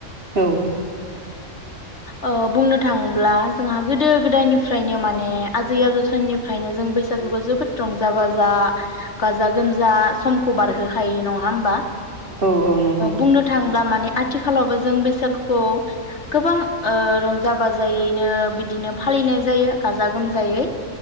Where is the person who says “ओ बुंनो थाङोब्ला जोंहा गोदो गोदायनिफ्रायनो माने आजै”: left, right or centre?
Left